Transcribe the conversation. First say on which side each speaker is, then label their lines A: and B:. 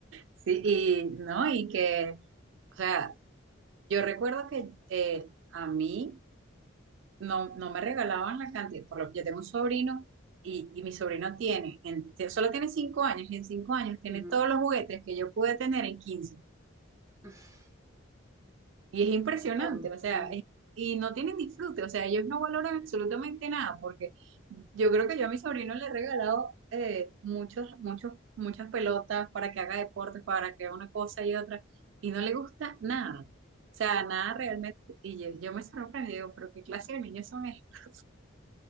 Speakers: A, on the right; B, on the right.
A: sí, y no, y que, o sea, yo recuerdo que eh, a mí no, no me regalaban la cantidad, por lo que yo tengo un sobrino y, y mi sobrino tiene, en- solo tiene cinco años y en cinco años tiene
B: Ujú.
A: todos los juguetes que yo pude tener en 15
B: <laughs>
A: Y es impresionante,
B: Ah,
A: o sea,
B: ujú.
A: es- y no tienen disfrute, o sea, ellos no valoran absolutamente nada porque yo creo que yo a mi sobrino le he regalado eh, muchos, muchos, muchas pelotas para que haga deportes, para que haga una cosa y otra, y no le gusta nada. O sea, nada realmente. Y yo, yo me sorprendí, digo, pero qué clase de niños son estos?